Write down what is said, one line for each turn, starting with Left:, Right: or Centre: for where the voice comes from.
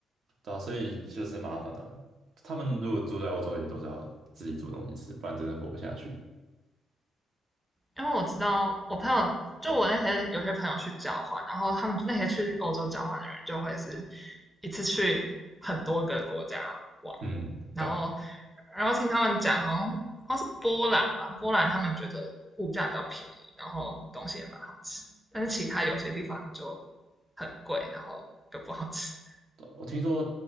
Right: 对啊，所以就是麻烦啊。他们如果住在欧洲，也都是要自己煮东西吃，不然真的活不下去。
Centre: 因为我知道我朋友，就我那些有些朋友去交换，然后他们那些去欧洲交换的人，就会是一次去很多个国家玩，
Right: 嗯，
Centre: 然后
Right: 对啊。
Centre: 然后听他们讲，好像好像是波兰吧，波兰他们觉得物价比较便宜，然后东西也蛮好吃，但是其他有些地方就很贵，然后就不好吃。
Right: 对啊我听说